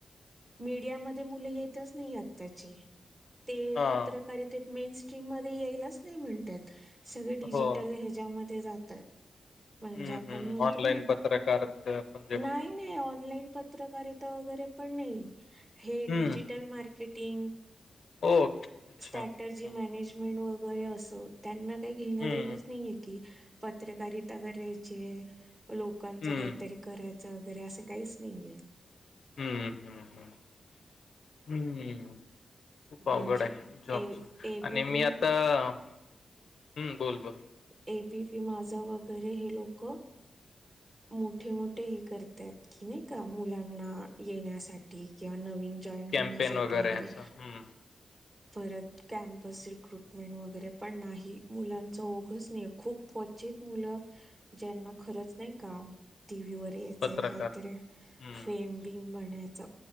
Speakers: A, on the right (about 35°); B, on the left (about 75°).
A: मीडियामध्ये मुलं येतच नाही आताचे ते
B: हां,
A: पत्रकारितेत मेन स्ट्रीम मध्ये यायलाच नाही म्हणतात. सगळे डिजिटल
B: हो.
A: ह्याच्यामध्ये जातात. म्हणजे
B: हम्म
A: आपण
B: हम्म
A: म्हणतो
B: ऑनलाईन
A: ना
B: पत्रकारत पण
A: नाही नाही ऑनलाईन पत्रकारिता वगैरे पण नाही हे
B: हम्म.
A: Digital marketing
B: okay. अच्छा.
A: स्टॅटजी
B: हम्म,
A: मॅनेजमेंट वगैरे अस त्यांना काही घेणं
B: हम्म,
A: देणंच नाहीये की पत्रकारिता करायचे लोकांचं
B: हम्म,
A: काहीतरी करायचं वगैरे असं काहीच नाहीये
B: हम्म हम्म हम्म हम्म खूप
A: म्हणजे
B: अवघड आहे जॉबच
A: ए एबीपी
B: आणि मी आता हम्म बोल बोल
A: एबी पी माझा वगैरे हे लोक मोठे मोठे हे करतायत कि नाही का मुलांना येण्यासाठी किंवा नवीन जॉईन होण्यासाठी
B: कॅम्पेन
A: वगैरे
B: असं. हं,
A: परत कॅमपस रिक्रुटमेंट वगैरे पण नाही मुलांच नाही खूप क्वचित मुलं ज्यांना खरंच नाही का टी व्ही वर यायचं
B: पत्रकार.
A: ए का तर
B: हं,
A: फेम बी बण अच